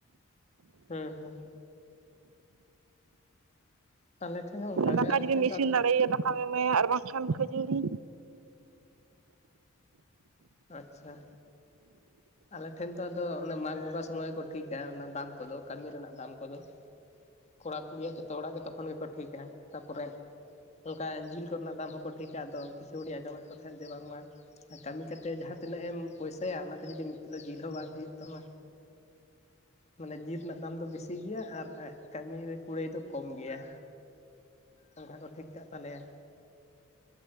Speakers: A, on the left; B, on the right.
A: ᱦᱩᱸ ᱦᱩᱸ᱾ ᱟᱞᱮ ᱴᱷᱮᱱ ᱦᱚᱸ ᱚᱱᱠᱟ
B: ᱫᱟᱠᱟ
A: ᱜᱮ ᱟᱞᱮ
B: ᱡᱩᱫᱤᱢ
A: ᱴᱷᱮᱱ
B: ᱤᱥᱤᱱ
A: ᱫᱚ ᱟᱫᱚ
B: ᱫᱟᱲᱮᱭᱟ ᱫᱟᱠᱟᱢ ᱮᱢᱟᱭᱟ ᱟᱨ ᱵᱟᱝᱠᱷᱟᱱ ᱠᱷᱟᱹᱡᱟᱹᱲᱤ
A: ᱟᱪᱪᱷᱟ᱾ ᱟᱞᱮ ᱴᱷᱮᱱ ᱫᱚ ᱟᱫᱚ ᱢᱟᱜᱽ ᱵᱚᱸᱜᱟ ᱥᱚᱢᱚᱭ ᱠᱚ ᱴᱷᱤᱠᱟ᱾ ᱚᱱᱟ ᱫᱟᱢ ᱠᱚᱫᱚ ᱠᱟᱹᱢᱤ ᱨᱮᱱᱟᱜ ᱫᱟᱢ ᱠᱚᱫᱚ ᱠᱚᱲᱟ ᱠᱩᱲᱤᱭᱟᱜ ᱡᱚᱛᱚ ᱦᱚᱲᱟᱜ ᱜᱮ ᱛᱚᱠᱷᱚᱱ ᱜᱮᱠᱚ ᱴᱷᱤᱠᱟ, ᱛᱟᱨᱯᱚᱨᱮ ᱚᱱᱠᱟ ᱡᱤᱞ ᱠᱚᱨᱮᱱᱟᱜ ᱫᱟᱢ ᱦᱚᱸᱠᱚ ᱴᱷᱤᱠᱟ ᱟᱫᱚ ᱠᱤᱪᱷᱩ ᱦᱚᱲᱤᱧ ᱟᱸᱡᱚᱢᱮᱫ ᱠᱚ ᱛᱟᱦᱮᱸᱫ ᱡᱮ ᱵᱟᱝᱢᱟ ᱠᱟᱹᱢᱤ ᱠᱟᱛᱮᱫᱼᱼ ᱛᱮ ᱡᱟᱦᱟ ᱛᱤᱱᱟᱹᱜ ᱮᱢ ᱯᱚᱭᱥᱟᱭᱟ ᱚᱱᱟᱛᱮ ᱡᱩᱫᱤ ᱢᱤᱫ ᱛᱩᱞᱳᱜ ᱡᱤᱞ ᱦᱚᱸ ᱵᱟᱝ ᱦᱩᱭᱩᱜ ᱛᱟᱢᱟᱼᱼ ᱢᱟᱱᱮ ᱡᱤᱞ ᱨᱮᱱᱟᱜ ᱫᱟᱢ ᱫᱚ ᱵᱮᱥᱤ ᱜᱮᱭᱟ ᱟᱨ ᱠᱟᱹᱢᱤ ᱠᱩᱲᱟᱹᱭ ᱫᱚ ᱠᱚᱢ ᱜᱮᱭᱟ᱾ ᱚᱱᱠᱟ ᱠᱚ ᱴᱷᱤᱠ ᱠᱟᱜ ᱛᱟᱞᱮᱭᱟ᱾